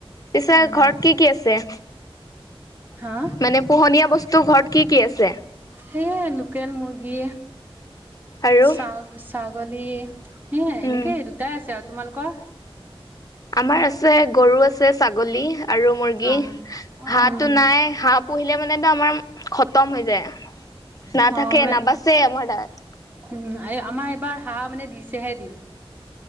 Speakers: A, on the left; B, on the right.
A: পিছে
B: উম
A: ঘৰত কি কি আছে?
B: হা
A: মানে পোহনীয়া বস্তু ঘৰত কি কি আছে?
B: সেয়ে লোকেল মুৰ্গী,
A: আৰু
B: ছ-ছাগলী, সেই এনেকে
A: উম
B: দুটাই আছে আৰু, তোমালোকৰ?
A: আমাৰ আছে। গৰু আছে। ছাগলী আৰু মুৰ্গী,
B: অ
A: হাঁহো
B: উম
A: নাই হাপ পঢ়িলে মানেতো আমাৰ খতম হৈ যায়। নাথাকে
B: অ মে
A: নাবাচে আমাৰ তাত।
B: উম, আমাৰ এইবাৰ হাঁহ মানে দিছেহে ডিম।